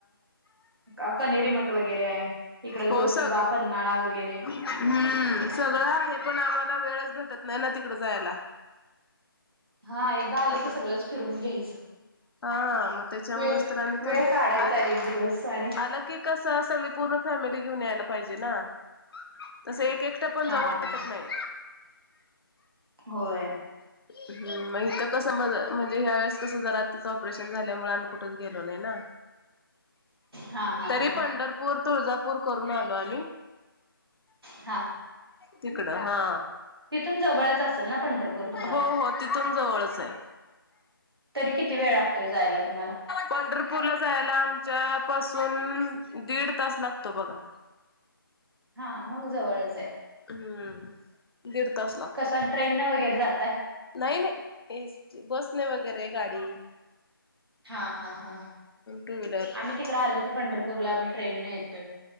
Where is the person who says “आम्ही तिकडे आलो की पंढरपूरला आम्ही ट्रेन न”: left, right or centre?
Right